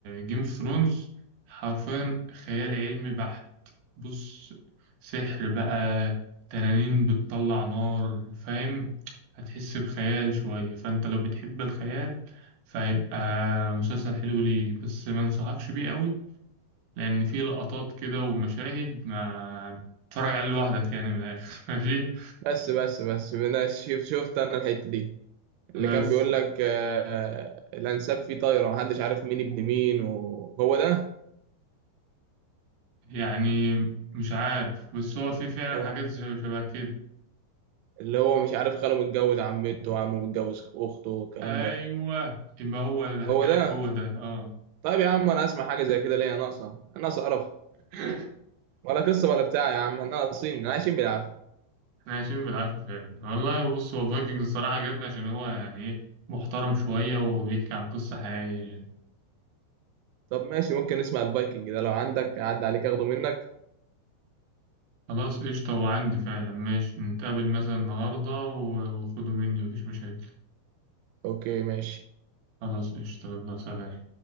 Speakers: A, on the right (about 65°); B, on the right (about 85°).
A: جيم اوف ثرونز حرفيا خيال علمي بحت بص سحر بقى تنانين بتطلع نار فاهم هتحس بخيال شوية فانت لو بتحب الخيال فهيبقى مسلسل حلو ليك بس ما انصحكش بيه قوي لان فيه لقطات كده ومشاهد ما تتفرج عليه لوحدك يعني من الاخر <laughs> ماشي
B: بس بس بس انا شف- شفت انا الحته دي
A: بس
B: اللي كان بيقول لك آه، الانساب فيه طايره محدش عارف مين ابن مين وهو ده
A: يعني مش عارف بس هو في فعلا
B: هو
A: حاجات شبه كده
B: اللي هو مش عارف خاله متجوز عمته وعمه متجوز اخته والكلام
A: ايوه
B: ده
A: يبقى هو اللي حكى
B: هو
A: لك
B: ده
A: هو ده اه
B: طيب يا عم انا اسمع حاجه زي كده ليه يا ناقصه ناقصه قرف
A: <laughs>
B: ولا قصه ولا بتاع يا عم احنا ناقصين عايشين بالعافيه
A: احنا عايشين بالعافيه فعلا والله بص هو فايكنجز الصراحه عجبني عشان هو يعني ايه محترم شويه وبيحكي عن قصه حقيقيه يعني.
B: طب ماشي ممكن نسمع الفايكنج ده لو عندك عدى عليك اخده منك
A: خلاص قشطه وعندي فعلا ماشي نتقابل مثلا النهارده و- وخدوا مني مفيش مشاكل
B: اوكي ماشي
A: خلاص قشطه يلا سلام